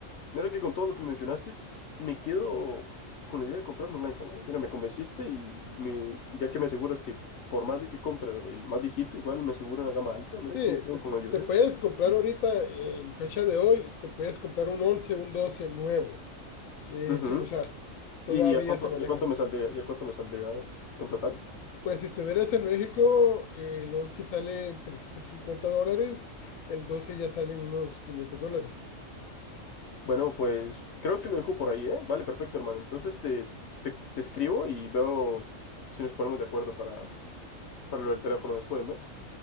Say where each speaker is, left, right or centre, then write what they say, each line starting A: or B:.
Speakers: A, on the left; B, on the left.
A: mira que con todo lo que mencionaste, me quedo con la idea de comprarme un iPhone, ¿no? Mira, me convenciste y me- ya que me aseguras que por más de que compre el más viejito, igual me aseguro una gama alta, mira
B: Sí,
A: que me quedo
B: te,
A: con ellos,
B: te
A: ¿eh?
B: puedes comprar ahorita, en fecha de hoy, te puedes comprar un 11 un 12 nuevo, eh,
A: Ujú.
B: sin usar. Todavía
A: ¿Y, y a cuánto,
B: se maneja.
A: y a cuánto me saldría, y a cuánto me saldría en total?
B: Pues si estuvieras en México, eh, el 11 sale en 350 dólares, el 12 ya sale en unos 500 dólares.
A: Bueno, pues creo que lo dejo por ahí, ¿eh? Vale, perfecto, hermano. Entonces te, te, te escribo y veo si nos ponemos de acuerdo para, para lo del teléfono después, ¿no?